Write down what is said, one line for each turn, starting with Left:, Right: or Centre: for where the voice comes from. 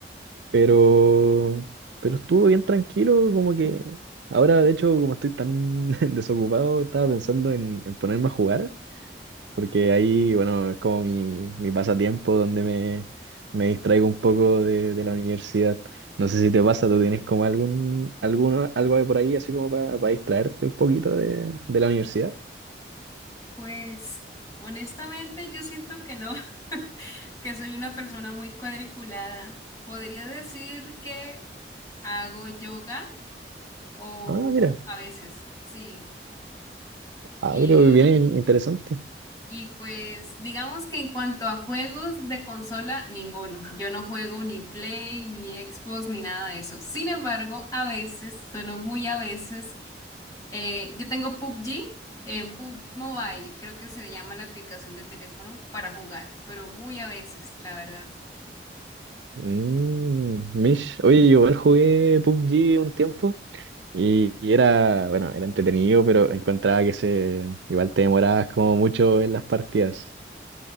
Right: pero, pero estuvo bien tranquilo, como que ahora de hecho como estoy tan <laughs> desocupado estaba pensando en, en ponerme a jugar, porque ahí bueno es como mi, mi pasatiempo donde me, me distraigo un poco de, de la universidad. No sé si te pasa, tú tienes como algún, alguno, algo ahí por ahí así como para distraerte un poquito de, de la universidad.
Left: Pues honestamente yo siento que no, <laughs> que soy una persona muy cuadriculada. Podría decir que hago yoga o
Right: Ah, mira.
Left: a veces, sí.
Right: Ah,
Left: Y,
Right: pero bien interesante.
Left: y pues digamos que en cuanto a juegos de consola, ninguno. Yo no juego ni Play, ni Xbox, ni nada de eso. Sin embargo, a veces, solo muy a veces, Eh, yo tengo PUBG, eh, PUBG Mobile, creo que se llama la aplicación de teléfono para jugar, pero muy a veces, la verdad.
Right: Mm, Mish, oye, yo igual jugué PUBG un tiempo y, y era, bueno, era entretenido, pero encontraba que se, igual te demorabas como mucho en las partidas.